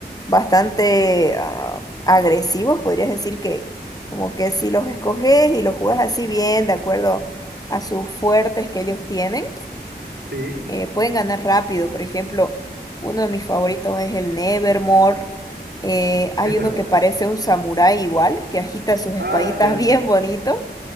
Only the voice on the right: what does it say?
Sí.
Nevermore.
Ah, ya.